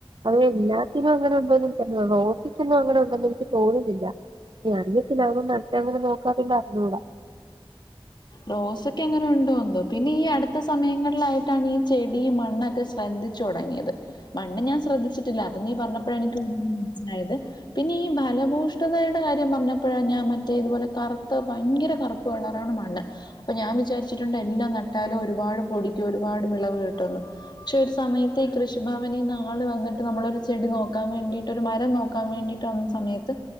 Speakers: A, on the right; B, on the left.
A: അത് എല്ലാത്തിനും അങ്ങനെ ഉണ്ടോന്ന്‌ എനിക്കറിഞ്ഞു കൂടാ റോസക്കൊന്നും അങ്ങനെ ഒണ്ടന്ന് എനിക്ക് തോന്നുന്നില്ല. അറിയത്തില്ല അതൊന്നും നട്ടങ്ങനെ നോക്കാതറിഞ്ഞൂടാ.
B: റോസൊക്കെ അങ്ങനെ ഉണ്ടോന്തോ പിന്നെ ഈ അടുത്ത സമയങ്ങളിലായിട്ടാണ് ഈ ചെടി മണ്ണെ ശ്രദ്ധിച്ചു തൊടങ്ങിയത് മണ്ണ് ഞൻ ശ്രദ്ധിച്ചിട്ടില്ല അത് നീ പറഞ്ഞപ്പഴ എനിക്ക് മനസിലായത്. പിന്നെ ഈ ഫലഭൂഷ്ടതയുടെ കാര്യം പറഞ്ഞപ്പഴാ ഞാൻ മറ്റേ ഇതുപോലെ കറുത്ത ഭയങ്കര കറുപ്പുകളർ ആണ് മണ്ണ് അപ്പ ഞാൻ വിചാരിച്ചിട്ടുണ്ട് എല്ലാം നട്ടാലും ഒരുപാട് പൊടിക്ക് ഒരുപാട് വിളവ് കിട്ടുന്ന്‌. പക്ഷെ ഒരു സമയത്ത് ഈ കൃഷിഭവനി നാള് വന്നിട്ട് നമ്മളൊരു ചെടി നോക്കാൻ വേണ്ടിട്ട് ഒരു മരം നോക്കാൻ വേണ്ടി ക്കിട്ട് വന്ന സമേത്ത്